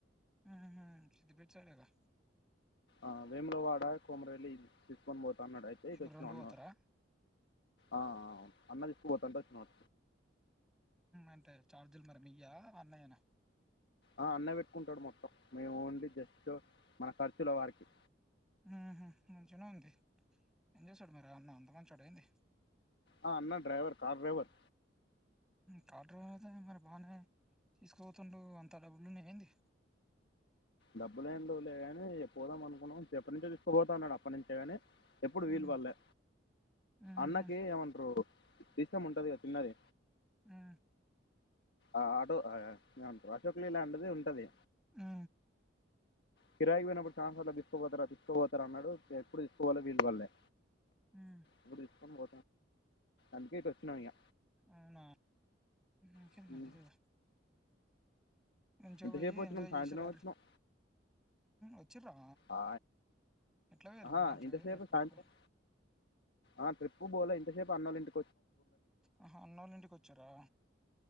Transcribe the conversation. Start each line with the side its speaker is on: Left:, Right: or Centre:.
Centre: హుహ్ సిద్దిపేట సైడేగా
Left: ఆ వేములవాడ, కొమురవెల్లి తీసుకొని పో తన్నడు అయితే ఇటు
Centre: ఇప్పుడు
Left: వచ్చినం
Centre: రెండు
Left: అన్నా
Centre: పోతారా
Left: ఆ అన్న తీసుకు పోతంటే వచ్చినం.
Centre: అంటే చార్జీలు మరి మీయా అన్నయేన.
Left: ఆ అన్నె పెట్టుకుంటడు మొత్తం. మేము ఓన్లీ జస్ట్ మన ఖర్చుల వరికి.
Centre: హుహ్ మంచిగనే ఉంది. ఏం చేస్తాడు మరి అన్న అంత మంచోడా ఎంది
Left: ఆ అన్న driver car driver
Centre: car driver అయితే మరి బాగానే తీసుకుపోతుండు అంత డబ్బులున్నాయేంది
Left: డబ్బులేం పోలే ఇగ పోదాం అనుకున్నాం ఎప్పటి నుంచో తీసుకుపోతా అన్నాడు అప్పటి నుంచే గాని ఎప్పుడు వీలు
Centre: ఉమ్
Left: పళ్లే
Centre: ఉహు
Left: అన్నకి ఏమంటారు. డీసీఎం ఉంటది కదా చిన్నది
Centre: ఆ
Left: ఆ ఏం అంటారు <unintelligible> లాంటిది ఉంటది.
Centre: ఆ
Left: కిరాయికి పోయినప్పుడు చానా సార్లు తీసుకుపోతారా తీసుకోపోతారా అన్నాడు ఇగ ఎప్పుడు తీసుకోవాలో వీలు బల్లె
Centre: ఉమ్
Left: ఇప్పుడు అందుకే ఇటు వచ్చినం ఇగ
Centre: అవునా ఇంకేం
Left: ఇక
Centre: మంచిదెగ మంచిగా
Left: ఇంతసేపు
Centre: పోయి
Left: వచ్చినాం
Centre: ఎంజాయ్
Left: సాయంత్రం
Centre: చేసి రార్రి
Left: వచ్చినాం
Centre: వచ్చిర్రా
Left: ఆ,
Centre: ఎట్లా పోయిర్రు
Left: ఆహా
Centre: మంచిగా
Left: ఇంతసేపు
Centre: పొయ్యిర్రా ట్రిప్పు
Left: సాయంత్రం ఆ ట్రిప్పు పోలె ఇంతసేపు ఇన్నోళ్ల ఇంట్ల నే
Centre: ఆహా అన్నోళ్ళ ఇంటికి వచ్చార్రా